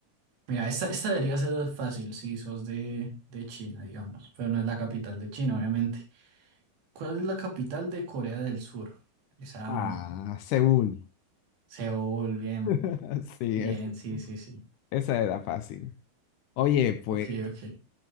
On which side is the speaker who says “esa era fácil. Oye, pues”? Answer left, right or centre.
Left